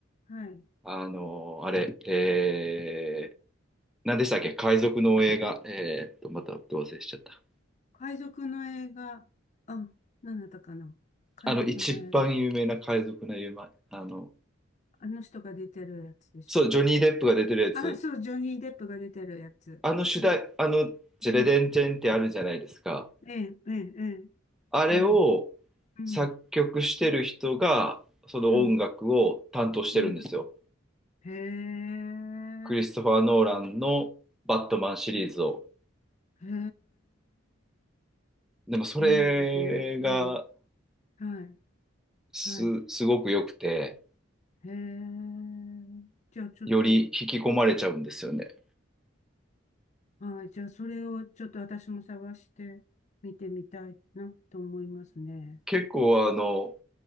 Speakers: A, on the left (about 35°); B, in the centre.
A: はい。
B: あの、あれ、えー、何でしたっけ、海賊の映画、えーっと、また忘れしちゃった。
A: 海賊の映画、あ、何だったかな。海賊の映画。
B: あの、一番有名な海賊の映画、あの、
A: あの人が出てるやつでしょ
B: そう、ジョニー・デップが出てるやつ。
A: あ、そう、ジョニー・デップが出てるやつ。
B: あの主題、あの、ジェレデンチェンってあるじゃないですか。
A: うん。ええ、ええ、ええ。
B: あれを
A: うん、うん、
B: 作曲してる人が、その音楽を担当してるんですよ。
A: うん、うん。へえ、
B: クリストファー・ノーランのバットマンシリーズを。
A: へえ。
B: でもそれが
A: そうなんですね。ええ、はい、
B: す、
A: はい。
B: すごく良くて、
A: へえ。じゃあちょっと、
B: より引き込まれちゃうんですよね。
A: はい、じゃあそれをちょっと私も探して見てみたいなと思いますね。
B: 結構あの、